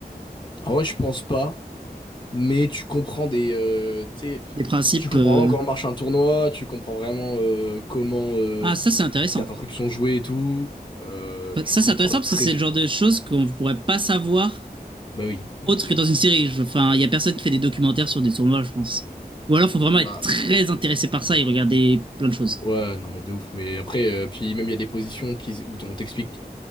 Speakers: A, on the left; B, on the right.
A: Ah ouais, je pense pas. mais tu comprends des euh, tu
B: Des principes.
A: tu comprends
B: euh,
A: vraiment comment marche un tournoi tu comprends vraiment euh, comment euh,
B: Ah, ça, c'est intéressant.
A: certains trucs sont joués et tout euh, tu
B: Ça,
A: comprends
B: c'est intéressant
A: la pression
B: parce que c'est le genre de choses qu'on ne pourrait pas savoir
A: bah oui non,
B: autre
A: mais c'est sûr
B: que dans une série. Je- Enfin, il y a personne qui fait des documentaires sur des tournois, je pense. Ou alors, il faut vraiment
A: bah
B: être très intéressé par ça et regarder plein de choses.
A: ouais non mais de ouf mais après euh, puis même il y a des positions qui où on t'explique